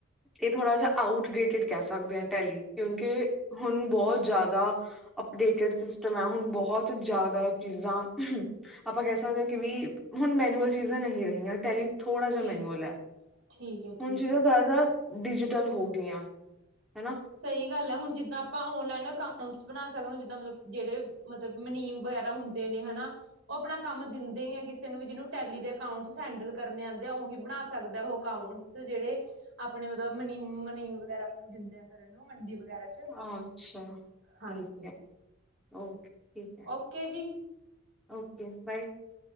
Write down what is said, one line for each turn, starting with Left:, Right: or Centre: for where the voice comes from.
Centre: ਇਹ ਥੋੜਾ ਜੇਹਾ ਆਊਟ ਡੇਟਿਡ ਕਹਿ ਸਕਦੇ ਹਾਂ ਟੈਲੀ, ਕਿਉਂਕੇ ਹੁਣ ਬਹੁਤ ਜਿਆਦਾ ਅਪਡੇਟਡ ਸਿਸਟਮ ਹੈ, ਹੁਣ। ਬਹੁਤ ਜ਼ਿਆਦਾ ਚੀਜ਼ਾਂ ਆਪਾਂ ਕਹਿ ਸਕਦੇ ਹੈ ਕਿ ਵੀ ਹੁਣ ਮੈਨੂਅਲ ਚੀਜ਼ਾਂ ਨਹੀਂ ਰਹੀਆਂ। ਟੈਲੀ ਥੋੜਾ ਜਿਹਾ
Right: ਠੀਕ
Centre: ਮੈਨੂਅਲ ੲੈ,
Right: ਠੀਕ ਹੈ
Centre: ਹੁਣ
Right: ਠੀਕ
Centre: ਜਿਵੇਂ
Right: ਹੈ
Centre: ਜ਼ਿਆਦਾ ਡਿਜੀਟਲ ਹੋ ਗਈਆਂ, ਹਨਾ
Right: ਸਹੀ ਗੱਲ ੲੈ, ਹੁਣ ਜਿੱਦਾਂ ਆਪਾਂ ਓਨਲਾਈਨ ਅਕਾਊਂਟਸ ਬਣਾ ਸਕਦੇ, ਜਿੱਦਾਂ ਮਤਲਬ ਜਿਹੜੇ ਮਤਲਬ ਮੁਨੀਮ ਵਗੈਰਾ ਹੁੰਦੇ ਨੇ, ਹਨਾ। ਉਹ ਆਪਣਾ ਕੰਮ ਦਿੰਦੇ ਹੀ ਆ ਕਿਸੇ ਨੂੰ ਵੀ, ਜਿਹਨੂੰ ਟੈਲੀ ਦੇ ਅਕਾਊਂਟਸ ਹੈਂਡਲ ਕਰਨੇ ਆਉਂਦੇ ਆ। ਉਹੀ ਬਣਾ ਸਕਦਾ ਉਹ ਅਕਾਊਂਟ। ਚ ਜਿਹੜੇ ਆਪਣੇ ਮਤਲਬ ਮਨੀ, ਮੁਨੀਮ ਵਗੈਰਾ ਆਪ ਨੂੰ ਦਿੰਦੇਆਂ ਕਰਨ ਨੂੰ। ਮੰਡੀ ਵਗੈਰਾ ਚ
Centre: ਅੱਛਾ
Right: ਹਾਂਜੀ
Centre: ਠੀਕ ਹੈ, ਓਕੇ ਠੀਕ ਹੈ।
Right: ਓਕੇ ਜੀ
Centre: ਓਕੇ ਬਾਏ।